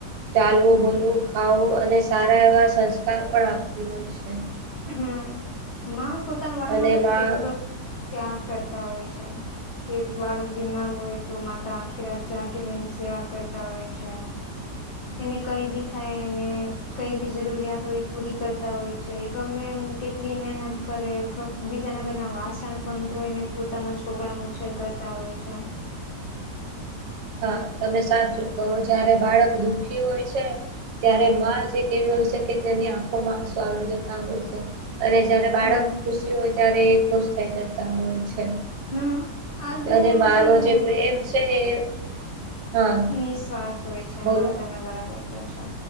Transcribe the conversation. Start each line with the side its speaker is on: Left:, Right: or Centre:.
Right: ચાલવું બોલવું ખાવું અને સારા એવા સંસ્કાર પણ આપતી હોય છે.
Left: હમ માં પોતાના વાળા
Right: અને
Left: માટે તો
Right: માં
Left: કેટલો ત્યાગ કરતા હોય છે. કે બાળક બીમાર હોય તો માતા આખી રાત જાગીને એની સેવા કરતા હોય છે. એને કઈ બી થાયને કઈ બી જરૂરિયાત હોય એ પૂરી કરતા હોય છે ગમે એ કેટલી મહેનત કરે બીજા ના ઘરના વાસણ પણ ધોઈને પોતાના છોકરાનો ઉછેર કરતા હોય છે.
Right: હા તમે સાચું કહો જયારે બાળક દુઃખી હોય છે ત્યારે માં જ એક એવી હોય છે કે તેની આંખો આંસુ આવી જતા હોય છે અને જારે બાળક
Left: હમ
Right: ખુશી હોય ત્યારે એક થ જતા હોય છે
Left: હમ આ દુનિયામાં
Right: અને માનો
Left: કહીએ ને
Right: જે પ્રેમ છે એ હા
Left: નિસ્વાર્થ હોય છે
Right: બોલો
Left: હા તમે બરાબર કો છો.